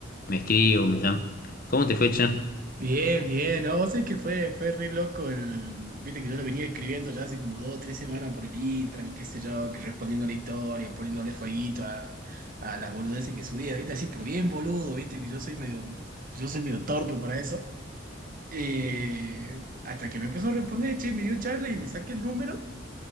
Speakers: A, on the left; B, on the right.
A: me escriba o me llame. ¿Cómo te fue, Chan?
B: Bien, bien, no, vos sé que fue, fue re loco el, viste que yo le venía escribiendo ya hace como dos o tres semanas por el Intran y qué sé yo, que respondiéndole historia, poniéndole fueguito a, a las boludeces que subía, viste, así, pero bien boludo, viste, que yo soy medio, yo soy medio torpe para eso. Eh, hasta que me empezó a responder, che, me dio charla y le saqué el número,